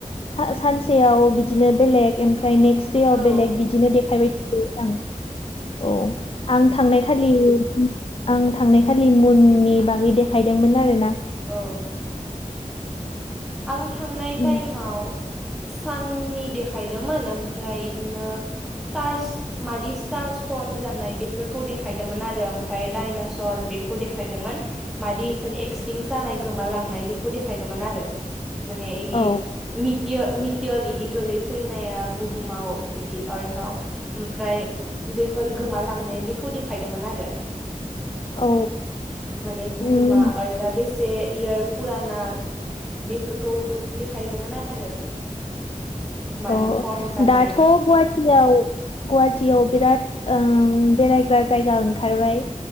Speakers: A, on the left; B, in the centre.
A: सा सानसेयाव बिदिनो बेसेन ओमफ्राय ओमफ्राय नेक्स्ट देयाव
B: औ
A: बेलेग बिदिनो देखायबाय <unintelligible> थायो आं औ आं थांनाय खालि आं थांनाय खा थालिमुननि बागै देखायदोंमोन आरो ना
B: औ आं थांनाय
A: औ
B: टाइमाव साननि देखायदोंमोन ओमफ्राय इदिनो स्टार्स मादि स्टार्स खम जानाय बिफोरखौ देखायदोंमोन आरो ओमफ्राय डायनासर बेखौ देखायदोंमोन मादि <unintelligible> एक्सटिं जानाय गोमा लांनाय बेखौ देखायदोंमोन आरो माने इदि
A: औ
B: मि <unintelligible> इदि गोलै फैनाया बुहुमाव इदि आलताव ओमफ्राय बेफोर गोमालांनाय बेखौ देखायदोंमोन आरो
A: औ
B: माने बुहुमा
A: औ
B: आलथा बेसे इयार पुराना बेफोरखौ देखायदोंमोन आरो मादि
A: अ'
B: फर्म जानाय
A: दाथ' गुवाटीयाव गुवाटीयाव बिराद ओम बेरायग्रा जायगा ओंखारबाय